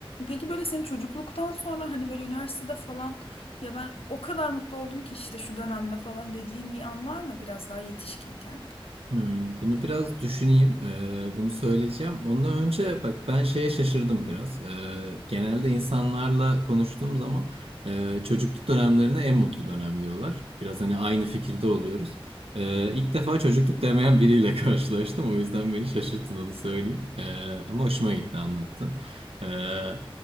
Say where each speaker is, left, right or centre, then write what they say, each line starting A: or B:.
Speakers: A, on the left (about 80°); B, on the right (about 80°).
A: Peki böyle senin çocukluktan sonra hani böyle üniversitede falan ya ben o kadar mutlu oldum ki işte şu dönemde falan dediğin bir an var mı biraz daha yetişkinken?
B: Hmm, bunu biraz düşüneyim. Ee, bunu söyleyeceğim. Ondan önce bak ben şeye şaşırdım biraz. Ee, genelde insanlarla konuştuğum zaman e, çocukluk dönemlerine en mutlu dönem diyorlar. Biraz hani aynı fikirde oluyoruz. Ee, ilk defa çocukluk demeyen biriyle <laughs> karşılaştım. O yüzden beni şaşırttı onu söyleyeyim. Ee, ama hoşuma gitti anlattın. Ee,